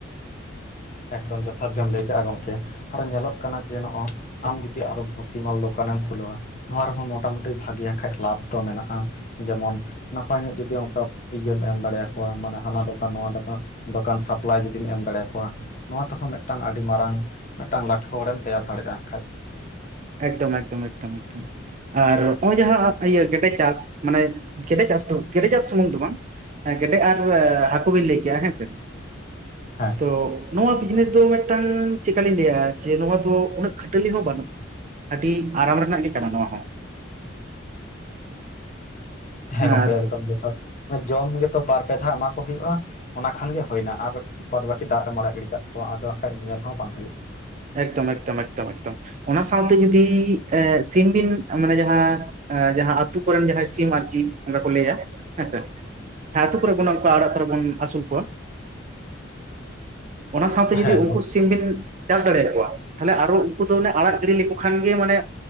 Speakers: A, on the left; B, on the right.
A: ᱮᱠᱫᱚᱢ ᱡᱚᱛᱷᱟᱛ ᱜᱮᱢ ᱞᱟᱹᱭ ᱠᱟᱜᱼᱟ ᱜᱚᱢᱠᱮ, ᱟᱨᱚ ᱧᱮᱞᱚᱜ ᱠᱟᱱᱟ ᱡᱮ ᱱᱚᱜᱼᱚᱭ ᱟᱢ ᱡᱩᱫᱤ ᱟᱨᱚ ᱵᱷᱩᱥᱤᱢᱟᱞ ᱫᱚᱠᱟᱱᱮᱢ ᱠᱷᱩᱞᱟᱹᱣᱟ, ᱱᱚᱣᱟ ᱨᱮᱦᱚᱸ ᱢᱚᱴᱟᱢᱩᱴᱤ ᱵᱷᱟᱜᱮ ᱦᱟᱜ ᱠᱷᱟᱡ ᱞᱟᱵᱷ ᱫᱚ ᱢᱮᱱᱟᱜᱼᱟ᱾ ᱡᱮᱢᱚᱱ ᱱᱟᱯᱟᱭ ᱧᱚᱜ ᱡᱩᱫᱤ ᱚᱱᱠᱟᱢ ᱤᱭᱟᱹᱢ ᱮᱢ ᱫᱟᱲᱮᱭᱟ ᱠᱚᱣᱟ ᱢᱟᱱᱮ ᱦᱟᱱᱟ ᱫᱚᱠᱟᱱ ᱱᱚᱣᱟ ᱫᱚᱠᱟᱱ ᱫᱚᱠᱟᱱ ᱥᱟᱯᱞᱟᱭ ᱡᱩᱫᱤᱢ ᱮᱢ ᱫᱟᱲᱮᱭᱟ ᱠᱚ ᱱᱚᱣᱟ ᱛᱮᱦᱚᱸ ᱢᱮᱫᱴᱟᱝ ᱟᱹᱰᱤ ᱢᱟᱨᱟᱝ, ᱢᱮᱫᱴᱟᱝ ᱞᱟᱹᱴᱷᱩ ᱦᱚᱲᱮᱢ ᱛᱮᱭᱟᱨ ᱫᱟᱲᱮᱭᱟᱜ-ᱟ, ᱦᱟᱸᱜ ᱠᱷᱟᱡ᱾
B: ᱮᱠᱫᱚᱢ ᱮᱠᱫᱚᱢ ᱮᱠᱫᱚᱢ ᱮᱠᱫᱚᱢ᱾ ᱟᱨ ᱱᱚᱜ-ᱚᱭ ᱡᱟᱦᱟᱸ ᱤᱭᱟᱹ ᱜᱮᱰᱮ ᱪᱟᱥ ᱢᱟᱱᱮ ᱜᱮᱰᱮ ᱪᱟᱥ ᱫᱚ ᱜᱮᱰᱮ ᱪᱟᱥ ᱥᱩᱢᱩᱝ ᱫᱚ ᱵᱟᱝ ᱮᱸ ᱜᱮᱰᱮ ᱟᱨ ᱦᱟᱹᱠᱩ ᱵᱤᱱ ᱞᱟᱹᱭ ᱠᱮᱜ-ᱟ ᱦᱮᱸ ᱥᱮ?
A: ᱦᱮᱸ
B: ᱛᱚ ᱱᱚᱣᱟ ᱵᱤᱡᱽᱱᱮᱥ ᱫᱚ ᱢᱤᱫᱴᱟᱝ ᱪᱮᱫ ᱠᱟᱞᱤᱧ ᱞᱟᱹᱭᱟ, ᱡᱮ ᱱᱚᱣᱟ ᱫᱚ ᱩᱱᱟᱹᱜ ᱠᱷᱟᱹᱴᱟᱹᱞᱤ ᱦᱚᱸ ᱵᱟᱹᱱᱩᱜ-ᱟ᱾ ᱟᱹᱰᱤ ᱟᱨᱟᱢ ᱨᱮᱱᱟᱜ ᱜᱮ ᱠᱟᱱᱟ ᱱᱚᱣᱟ ᱦᱚᱸ᱾
A: ᱦᱮᱸ ᱜᱚᱝᱠᱮ
B: ᱟᱨ
A: ᱮᱠᱫᱚᱢ ᱡᱚᱛᱷᱟᱛ ᱟᱱᱮ ᱡᱚᱢ ᱜᱮᱛᱚ ᱵᱟᱨ ᱯᱮ ᱫᱷᱟᱣ ᱮᱢᱟ ᱠᱚ ᱦᱩᱭᱩᱜ-ᱟ᱾ ᱚᱱᱟ ᱠᱷᱟᱱ ᱜᱮ ᱦᱩᱭᱱᱟ ᱟᱨ ᱵᱟᱫᱽ ᱵᱟᱹᱠᱤ ᱫᱟᱜ ᱨᱮᱢ ᱟᱲᱟᱜ ᱜᱤᱰᱤ ᱠᱟᱜ ᱠᱚᱣᱟ ᱟᱫᱚ ᱦᱟᱸᱜ ᱠᱷᱟᱡ ᱧᱮᱞ ᱦᱚᱸ ᱵᱟᱝ ᱦᱩᱭᱩᱜ
B: ᱮᱠᱫᱚᱢ ᱮᱠᱫᱚᱢ ᱮᱠᱫᱚᱢ ᱮᱠᱫᱚᱢ, ᱚᱱᱟ ᱥᱟᱶᱛᱮ ᱡᱩᱫᱤ ᱮ ᱥᱤᱢ ᱵᱤᱱ ᱢᱟᱱᱮ ᱡᱟᱦᱟᱸ ᱡᱟᱦᱟᱸ ᱟ- ᱛᱩ ᱠᱚᱨᱮᱱ ᱡᱟᱦᱟᱸᱭ ᱥᱤᱢ ᱟᱨᱠᱤ ᱚᱱᱠᱟ ᱠᱚ ᱞᱟᱹᱭᱟ ᱦᱮᱸᱥᱮ, ᱦᱮᱸ ᱟᱹᱛᱩ ᱠᱚᱨᱮ ᱵᱚᱱ ᱚᱱᱠᱟ ᱚᱲᱟᱜ ᱠᱚᱨᱮ ᱵᱚᱱ ᱟᱹᱥᱩᱞ ᱠᱚᱣᱟ᱾ ᱚᱱᱟ ᱥᱟᱶᱛᱮ ᱡᱩᱫᱤ
A: ᱦᱮᱸ
B: ᱩᱱᱠᱩ ᱥᱤᱢ ᱵᱤᱱ ᱪᱟᱥ ᱫᱟᱲᱮᱭᱟ ᱠᱚᱣᱟ᱾ ᱛᱟᱦᱚᱞᱮ ᱟᱨᱚ ᱩᱱᱠᱩ ᱫᱚ ᱚᱱᱮ ᱟᱲᱟᱜ ᱜᱤᱲᱤ ᱞᱮᱠᱚ ᱠᱷᱟᱱ ᱜᱮ ᱢᱟᱱᱮ